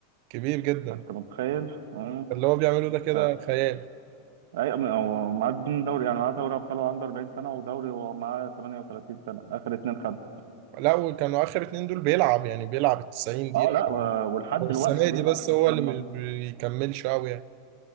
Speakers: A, on the right; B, on the right.
A: كبير جدا
B: فانت متخيل مم.
A: اللي هو بيعمله ده كده
B: ف-
A: خيال
B: اي أم- هو معاه اتنين دوري يعني معاه دوري ابطال وهو عنده 40 سنه ودوري وهو معاه 38 سنه اخر اتنين خدوا
A: لا وكانوا اخر اتنين دول بيلعب يعني بيلعب ال 90 دقيقه
B: اه لا و- ولحد
A: هو
B: دلوقتي
A: السنه دي
B: بيلعب
A: بس هو
B: انت لما
A: اللي مش بيكملش قوي يعني